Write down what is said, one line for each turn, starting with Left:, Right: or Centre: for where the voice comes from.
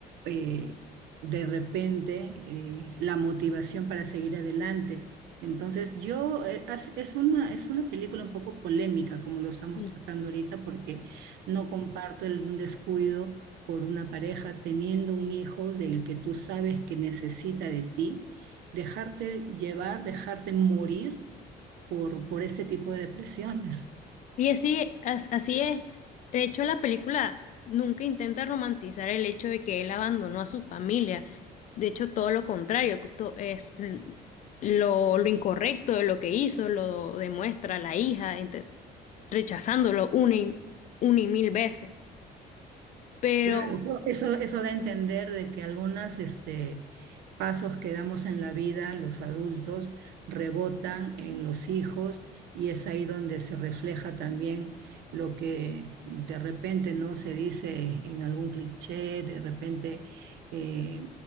Right: eh, de repente eh, la motivación para seguir adelante. Entonces, yo, eh, as- es una, es una película un poco polémica como lo estamos
Left: y
Right: tratando ahorita, porque no comparto el, un descuido por una pareja teniendo un hijo del que tú sabes que necesita de ti, dejarte llevar, dejarte morir por, por este tipo de depresiones.
Left: y así, as- así es. De hecho, la película nunca intenta romantizar el hecho de que él abandonó a su familia. De hecho, todo lo contrario, to- es l- lo, lo incorrecto de lo que hizo, lo demuestra la hija ente- rechazándolo una y, una y mil veces. Pero
Right: Claro, eso, eso, eso da a entender de que algunos este, pasos que damos en la vida, los adultos, rebotan en los hijos y es ahí donde se refleja también lo que de repente no se dice en algún cliché, de repente eh,